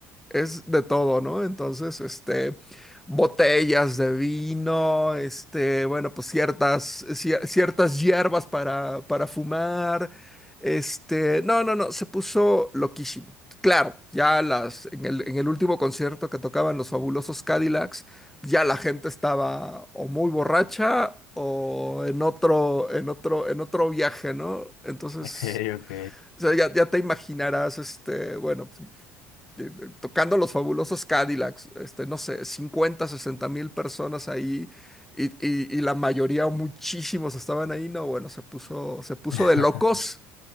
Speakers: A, in the centre; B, on the left (about 65°).
A: es de todo, ¿no? Entonces, este, botellas de vino, este, bueno, pues ciertas, cier- ciertas hierbas para, para fumar, este, no, no, no, se puso loquísimo. Claro, ya las, en el, en el último concierto que tocaban los fabulosos Cadillacs, ya la gente estaba o muy borracha o en otro, en otro, en otro viaje, ¿no? Entonces...
B: Ok, ok.
A: O sea, ya, ya te imaginarás, este, bueno, pues, eh, eh, tocando los fabulosos Cadillacs, este, no sé, 50 60 mil personas ahí y, y- y la mayoría, o muchísimos estaban ahí, no, bueno, se puso, se puso
B: <laughs>
A: de locos.